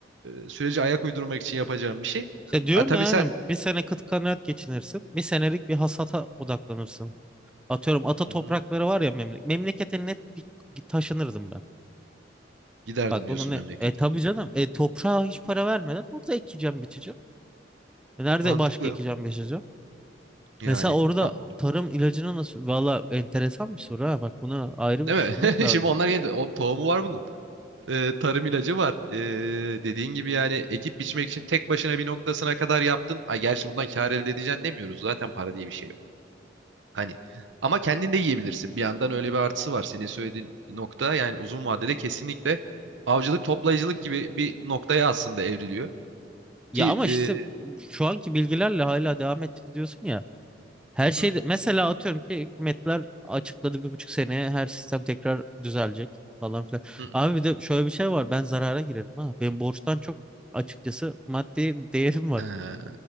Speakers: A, on the right; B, in the centre.
A: e, sürece ayak uydurmak için yapacağım bir şey.
B: İşte diyorum
A: Ha, tabii
B: ya
A: sen
B: aynen bir sene kıt kanaat geçinirsin. Bir senelik bir hasata odaklanırsın. Atıyorum ata
A: Hı
B: toprakları
A: hı.
B: var ya memle memlekete net bir taşınırdım ben.
A: giderdim
B: Bak onu
A: diyorsun
B: ne?
A: memlekete.
B: E tabii canım. E toprağa hiç para vermeden orada ekeceğim, biçeceğim. E, nerede
A: Mantıklı
B: başka ekeceğim, biçeceğim?
A: yani.
B: Mesela orada
A: Ama
B: tarım ilacını nasıl? Valla enteresan bir soru ha. Bak bunu ayrı
A: Değil
B: bir düşünmek
A: mi? <laughs>
B: lazım.
A: Şimdi onlar yeni o tohumu var bunun. Ee, tarım ilacı var. Ee, dediğin gibi yani ekip biçmek için tek başına bir noktasına kadar yaptın. Ay gerçi bundan kâr elde edeceksin demiyoruz. Zaten para diye bir şey yok. Hani ama kendin de yiyebilirsin. Bir yandan öyle bir artısı var. Senin söylediğin nokta yani uzun vadede kesinlikle avcılık toplayıcılık gibi bir noktaya aslında evriliyor.
B: Ya
A: Ki
B: ama işte
A: e,
B: şu anki bilgilerle hala devam edeceğiz diyorsun ya. Her
A: hı hı,
B: şeyde mesela atıyorum ki hükümetler açıkladı bir buçuk seneye her sistem tekrar düzelecek falan filan.
A: hı,
B: Abi bir de şöyle bir şey var ben zarara girerim ha. Benim borçtan çok açıkçası maddi değerim var.
A: ee,